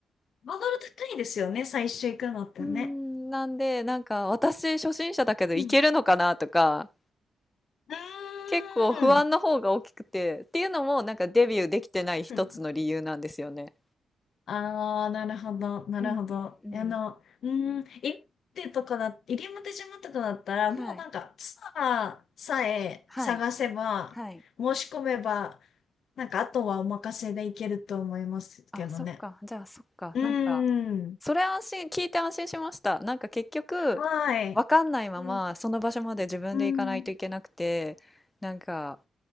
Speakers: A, on the left; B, on the left.
A: ハードル高 <laughs> いですよね、最初行くのってね。
B: うーん、なんで、なんか私初心者だけどいけるのかなとか、
A: うんうーん。
B: 結構不安の方が大きくて、
A: うんうん
B: っていうのもなんかデビューできてない一つの理由なんですよね。
A: うんうんああ、なるほど、なるほど。
B: うんうんうん。
A: あの、うーん、入り手とかだ、入り表島とかだったら、
B: はい。
A: もうなんか、ツアーさえ探せば、
B: はい。はい。
A: 申し込めば、なんか、あとはお任せでいけると思いますけどね。
B: あ、そっか。じゃあそっか。
A: うーん、
B: なんか、それ安心、聞いて安心しました。なんか結局、
A: はい。
B: わかんないまま、
A: うん、
B: その場所まで自分で行かないといけなくて、
A: うん、
B: なんか、